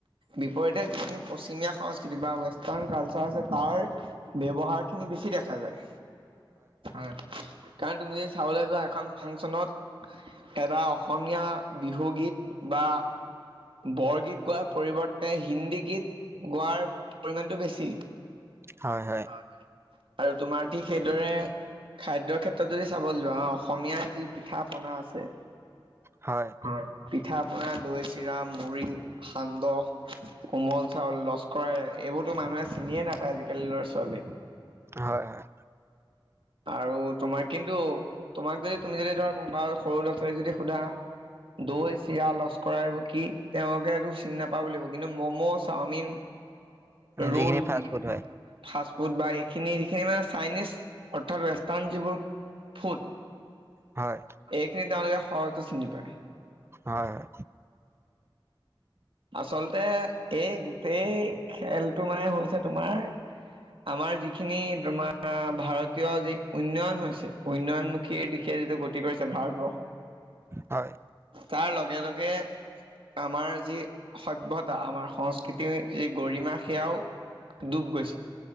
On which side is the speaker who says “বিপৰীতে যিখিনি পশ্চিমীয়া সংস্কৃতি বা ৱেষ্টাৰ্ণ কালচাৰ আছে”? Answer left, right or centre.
Right